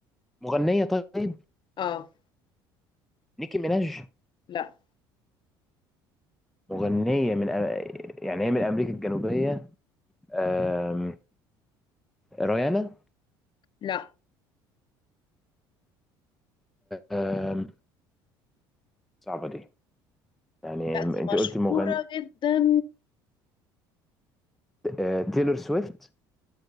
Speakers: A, in the centre; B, on the left.
A: مغنية طيب
B: اه
A: نيكي ميناج
B: لا
A: مغنية من أ- يعني هي من أمريكا الجنوبية آم، ريانا
B: لا
A: آم، صعبة دي يعني
B: لا
A: انت
B: دي مشهورة
A: قلت مغني
B: جدا
A: آه، تيلور سويفت